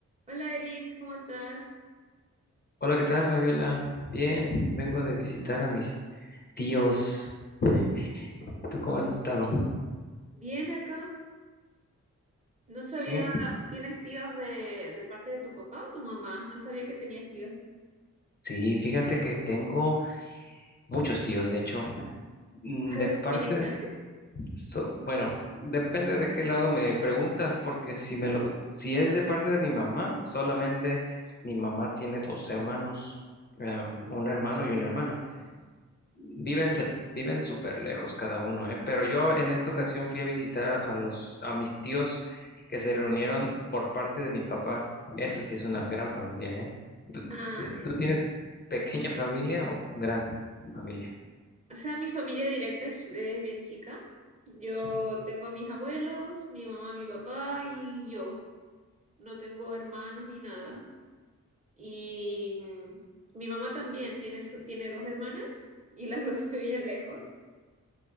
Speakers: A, on the right (about 25°); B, on the left (about 35°).
A: Hola Eric, ¿cómo estás?
B: Hola, ¿qué tal, Fabiola? Bien, vengo de visitar a mis tíos. <laughs> ¿Tú cómo has estado?
A: Bien acá. No sabía,
B: Sí,
A: ¿tienes tíos de, de parte de tu papá o tu mamá? No sabía que tenías tíos.
B: Sí, fíjate que tengo muchos tíos, de hecho, Mm,
A: Ah,
B: de
A: ¿Es de
B: parte,
A: familia grande?
B: so- bueno, depende de qué lado me preguntas, porque si me lo, si es de parte de mi mamá, solamente mi mamá tiene dos hermanos, em, un hermano y una hermana. Viven, se- viven súper lejos cada uno, ¿eh? Pero yo en esta ocasión fui a visitar a los, a mis tíos que se reunieron por parte de mi papá. Esa sí es una gran familia, ¿eh? ¿Tú,
A: Ah,
B: tú-
A: ok.
B: tú tienes pequeña familia o gran familia?
A: O sea, mi familia directa es, es bien chica. Yo
B: Sí.
A: tengo a mis abuelos, mi mamá, mi papá y yo. No tengo hermanos ni nada. Y mm, mi mamá también tiene, su- tiene dos hermanas y las dos <laughs> vivían lejos.